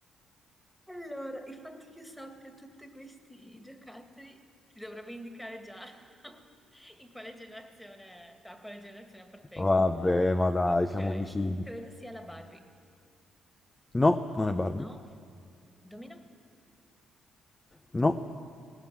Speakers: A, in the centre; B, on the left.
A: Allora, il fatto che io sappia tutti questi giocattoli ti dovrebbe indicare già <laughs> in quale generazione, a quale generazione appartengo.
B: Vabbè, ma dai,
A: Ok,
B: siamo vicini.
A: credo sia la Barbie.
B: No, non è Barbie.
A: No, il domino?
B: No,